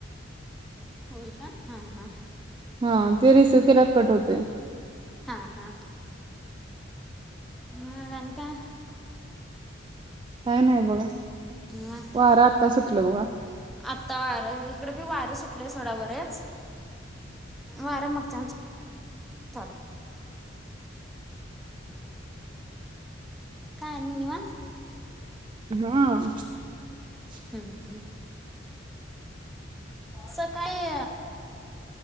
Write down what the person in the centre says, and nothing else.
होय का? हां हां
हां हां मग आणि काय?
मग
आता इकडे बी वार सुटलय सुटलं सोडा बरेच वार <unintelligible> काय आणि निवांत
हम् हम् सकाळी